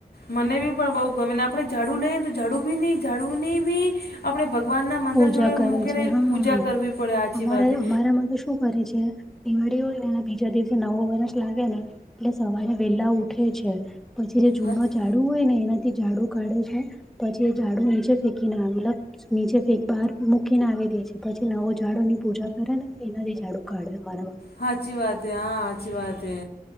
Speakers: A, on the left; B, in the centre.
A: મને બી પણ બહુ ગમે ને આપણે ઝાડુ લઈએ. તો, ઝાડુ બી નહી ઝાડુ ની ભી.... આપણે ભગવાનના મંદિર
B: પૂજા
A: જોડે
B: કરે
A: મૂકીને
B: છે હા
A: પૂજા કરવી પડે સાચી
B: અમારા
A: વાત એ....
B: અમારામાં તો શું કરે છે દિવાળી હોય ને એના બીજા દિવસે નવું વર્ષ લાગે ને એટલે સવારે વહેલા ઉઠે છે. પછી જે જૂનો
A: હાચ-
B: ઝાડુ હોય ને એને... થી ઝાડુ કાઢે છે. પછી એ ઝાડુ નીચે ફેંકી ને મતલબ નીચે.... એ બહાર મૂકીને આવી દે છે. પછી નવો ઝાડુ ની પૂજા કરે ને એનાથી ઝાડું કાઢે મારા...
A: હા સાચી વાત હે. હા સાચી વાત હે.